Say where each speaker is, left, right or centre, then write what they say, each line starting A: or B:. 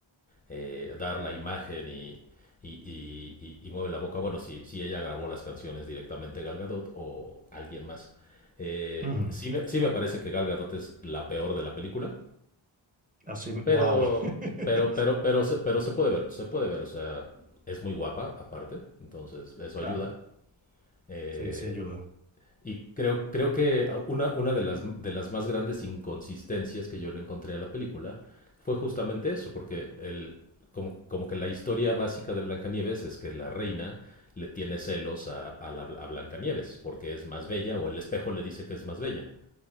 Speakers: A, on the left; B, on the right.
A: eh, dar la imagen y, y, y, y, y mueve la boca. Bueno, si, si ella grabó las canciones directamente Gal Gadot o alguien más. Eh,
B: ujú.
A: sí, me, sí me parece que Gal Gadot es la peor de la película,
B: Así,
A: pero,
B: wow. <laughs>
A: pero, pero, pero, se- pero se puede ver, se puede ver. O sea, es muy guapa aparte, entonces eso
B: Claro,
A: ayuda. Eh,
B: sí, sí ayuda.
A: y creo, creo que una, una de, las, de las más grandes inconsistencias que yo le encontré a la película fue justamente eso, porque el, como, como que la historia básica de Blancanieves es que la reina le tiene celos a, a, la, a Blancanieves porque es más bella o el espejo le dice que es más bella.